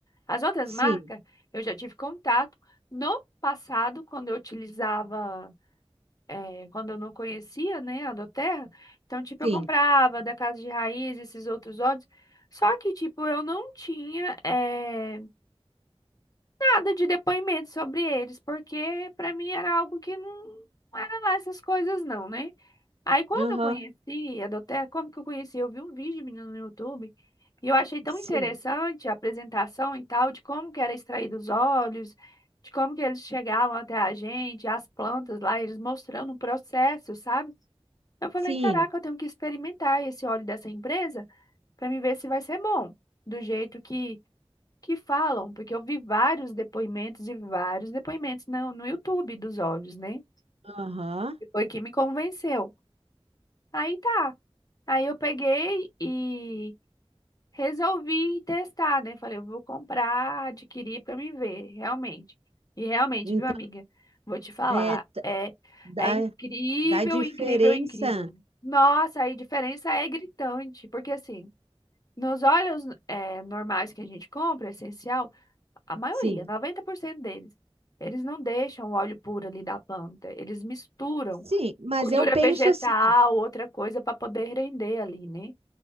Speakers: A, on the left; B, on the right.
A: As outras
B: Sim,
A: marcas, eu já tive contato no passado, quando eu utilizava, é, quando eu não conhecia, né, a Doterra, então, tipo,
B: sim,
A: eu comprava da Casa de Raiz, esses outros óleos, só que, tipo, eu não tinha, é, nada de depoimento sobre eles, porque para mim era algo que não, não era lá essas coisas não, né? Aí quando
B: aham,
A: eu conheci a Doterra, como que eu conheci? Eu vi um vídeo, menino, no YouTube, e eu achei tão
B: sim,
A: interessante a apresentação e tal, de como que era extraído os óleos, de como que eles chegavam até a gente, as plantas lá, eles mostrando o processo, sabe? Eu falei,
B: sim,
A: caraca, eu tenho que experimentar esse óleo dessa empresa para me ver se vai ser bom, do jeito que que falam, porque eu vi vários depoimentos e vários depoimentos no, no YouTube dos olhos, né?
B: aham.
A: E Foi que me convenceu. Aí tá. Aí eu peguei e resolvi testar, né? Falei, eu vou comprar, adquirir para me ver, realmente. E realmente,
B: Então,
A: viu, amiga? Vou te falar,
B: é, t-
A: é
B: dá,
A: é incrível,
B: Da diferença,
A: incrível, incrível. Nossa, aí a diferença é gritante, porque assim, nos óleos eh, normais que a gente compra, é essencial A maioria,
B: sim.
A: 90% deles. Eles não deixam o óleo puro ali da planta. Eles misturam
B: Sim, mas
A: gordura
B: eu penso
A: vegetal,
B: assim, ó.
A: outra coisa para poder render ali, né?